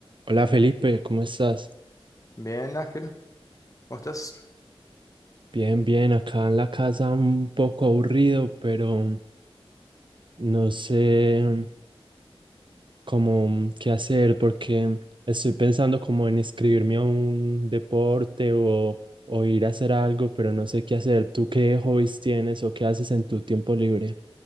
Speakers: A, on the right; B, on the left.
A: Hola Felipe, ¿cómo estás?
B: Bien, Ángel, ¿cómo estás?
A: Bien, bien, acá en la casa un poco aburrido, pero no sé cómo mm, qué hacer porque estoy pensando como en inscribirme a un deporte o, o ir a hacer algo, pero no sé qué hacer. ¿Tú qué hobbies tienes o qué haces en tu tiempo libre?